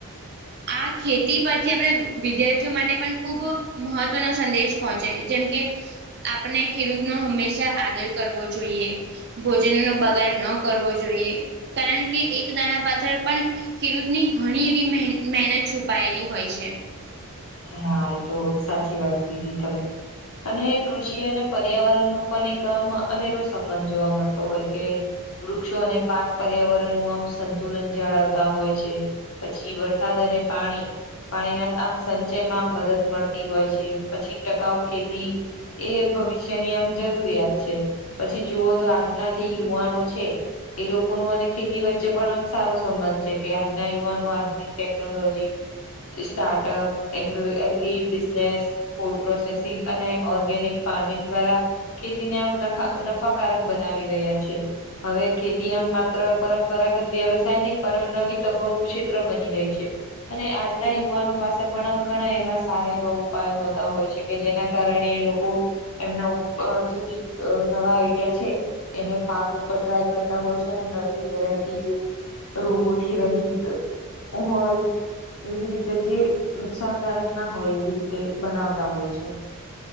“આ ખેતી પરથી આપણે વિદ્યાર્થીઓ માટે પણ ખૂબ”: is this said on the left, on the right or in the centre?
Right